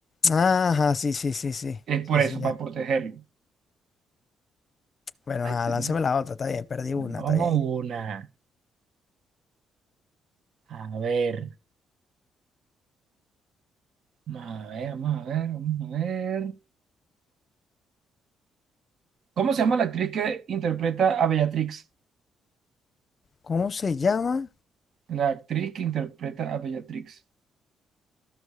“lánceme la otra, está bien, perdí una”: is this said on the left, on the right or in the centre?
Left